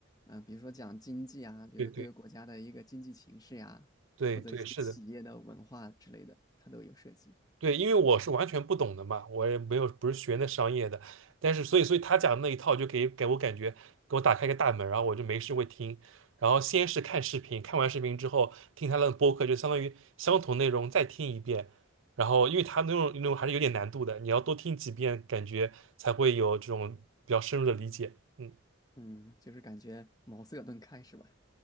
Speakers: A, on the left (about 20°); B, on the right (about 70°).
A: 嗯、比如说讲经济啊，比如说各个国家的一个经济形势呀、
B: 对对对对，
A: 或者一些企业的文化之类的，
B: 是的。
A: 他都有涉及。
B: 对，因为我是完全不懂的嘛，我也没有不是学那商业的，但是所以所以他讲的那一套就给给我感觉给我打开一个大门，然后我就没事会听，然后先是看视频，看完视频之后听他的播客，就相当于相同内容再听一遍，然后因为他那种那种还是有点难度的，你要多听几遍，感觉才会有这种比较深入的理解。嗯。
A: 嗯，就是感觉茅塞顿开是吧？